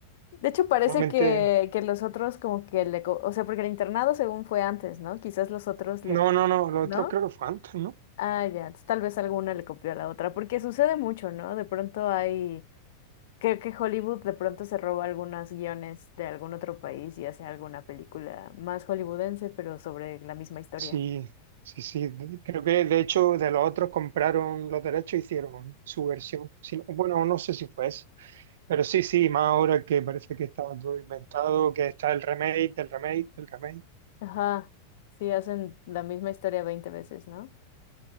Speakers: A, on the left (about 55°); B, on the right (about 55°).
A: De hecho, parece
B: normalmente.
A: que, que los otros como que le... co- O sea, porque el internado según fue antes, ¿no? Quizás los otros le...
B: No, no, no, los
A: ¿No?
B: otros creo que fue antes, ¿no?
A: Ah, ya, entonces tal vez alguna le copió a la otra, porque sucede mucho, ¿no? De pronto hay... Creo que Hollywood de pronto se roba algunos guiones de algún otro país y hace alguna película más hollywoodense, pero sobre la misma historia.
B: Sí, sí, sí. de- Creo que de hecho de los otros compraron los derechos e hicieron su versión. Si no- bueno, no sé si fue eso. Pero sí, sí, más ahora que parece que estaba todo inventado, que está el remake, del remake, del remake.
A: Ajá, sí, hacen la misma historia 20 veces, ¿no?